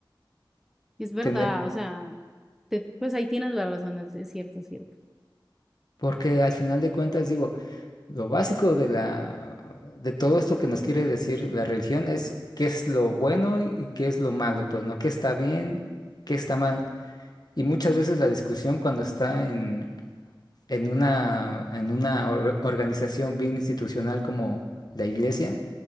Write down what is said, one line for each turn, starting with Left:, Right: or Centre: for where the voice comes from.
Centre: Es verdad,
Left: Tener,
Centre: o sea, te- pues ahí tienes la razón, es, es cierto, es cierto.
Left: porque al final de cuentas, digo, lo básico de la, de todo esto que nos quiere decir la religión es qué es lo bueno y qué es lo malo, pues, ¿no? ¿Qué está bien, qué está mal? Y muchas veces la discusión cuando está en, en una, en una or- organización bien institucional como la iglesia,